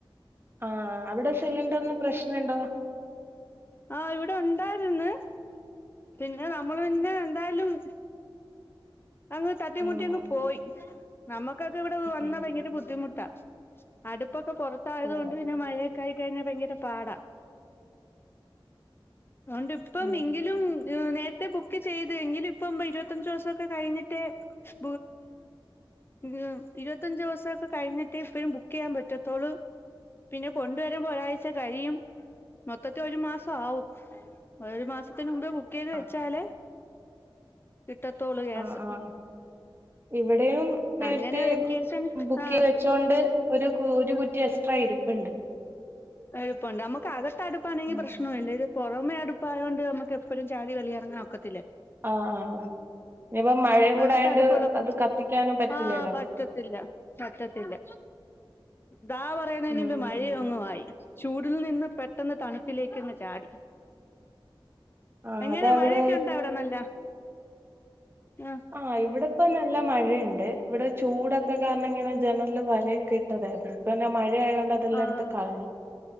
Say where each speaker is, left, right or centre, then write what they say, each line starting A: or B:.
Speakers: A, on the right; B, on the left.
A: ആഹ് അവിടെ സിലിണ്ടർന് പ്രശ്നണ്ടോ?
B: ആഹ് ഇവിടെ ഉണ്ടായിരുന്ന്. പിന്നെ നമ്മള് പിന്നെ എന്തായ്ലും. അങ്ങ് തട്ടിമുട്ടി
A: ഉം
B: അങ്ങ് പോയി നമുക്കൊക്കെ ഇവിടെ വന്നാ
A: ഉം
B: ഭയങ്കര ബുദ്ധിമുട്ടാ അടുപ്പൊക്കെ പൊർത്തായത്
A: ഉം
B: കൊണ്ട് പിന്നെ മഴയെ. യായി കഴിഞ്ഞാ ഭയങ്കര പാടാ അതൊണ്ട് ഇപ്പം
A: ഉം
B: എങ്കിലും നേരത്തെ ബുക്ക് ചെയ്ത് എങ്കിലും ഇപ്പം ഇരുപത്തഞ്ചു ദിവസം. ക്ക കഴിഞ്ഞിട്ട് <unintelligible> ഇവരോ ഇരുപത്തഞ്ചുവസൊക്കെ കഴിഞ്ഞിട്ടേ ഇപ്പഴും ബുക്കെയ്യാ പറ്റത്തോളൂ. പിന്നെ കൊണ്ടുവരുമ്പ ഒരാഴ്ച കഴിയും. മൊത്തത്ത് ഒരു മാസാവും ഒരരു മാസ ത്തിന് മുമ്പേ ബുക്കെയ്ത്
A: ആഹ്
B: വെച്ചാല് കിട്ടത്തുളു ഗ്യാസ്.
A: ആഹ് ആഹ് ഇവിടെയും നേര്ത്തെ
B: അങ്ങനെ വെക്കേഷൻ
A: ബുക്കെയ്
B: ആഹ്
A: വെച്ചോണ്ട് ഒരു. കു ഒരു കുറ്റി എക്സ്ട്രാ ഇരിപ്പ്ണ്ട്.
B: എളുപ്പണ്ട് നമ്മക്കകത്തടുപ്പാണെങ്കി
A: ഉം
B: പ്രശ്നവല്ല ഇത്. പൊറമെ അടുപ്പായതുകൊണ്ട് നമുക്ക് എപ്പോഴും ചാടി വെളി ഇറങ്ങാനോക്കത്
A: ആഹ ആഹ ഇനിപ്പ മഴയും കൂട
B: അകത്ത്
A: ആയോണ്ട്
B: അടുപ്പുള്ളപ്പോ
A: അത് കത്തിക്കാനും പറ്റില്ലല്ലോ.
B: ആഹ് പറ്റത്തില്ല
A: <inaudible>
B: പറ്റത്തില്ല ദാ പറയുന്നതിനമ്പ്
A: ഉം
B: മഴയ ങ്ങുവായി ചൂടിൽ നിന്ന് പെട്ടെന്ന് തണുപ്പിലേക്കങ്ങ് ചാടി
A: ആഹ്
B: എങ്ങനാ
A: അതവിടെ
B: മഴയൊക്കെ ഉണ്ടാ അവിടെ നല്ല ആഹ്
A: ആ ഇവിടെ ഇപ്പൊ നല്ല മഴയുണ്ട് ഇവിടെ ചൂടൊക്കെ കാരണം ഇങ്ങനെ ജനല് വലയൊക്കെ ഇട്ടതായിരുന്നു ഇപ്പന്നെ മഴ മഴ ആയൊണ്ട് അതെല്ലായിടത്ത്
B: ആഹ്
A: കളഞ്ഞു